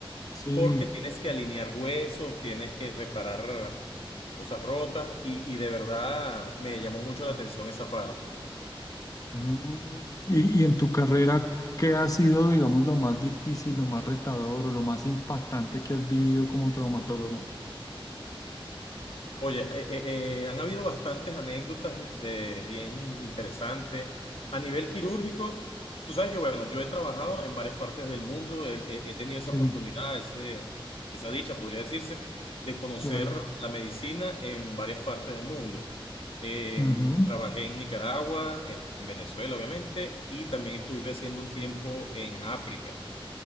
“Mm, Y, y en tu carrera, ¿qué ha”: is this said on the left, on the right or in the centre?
Left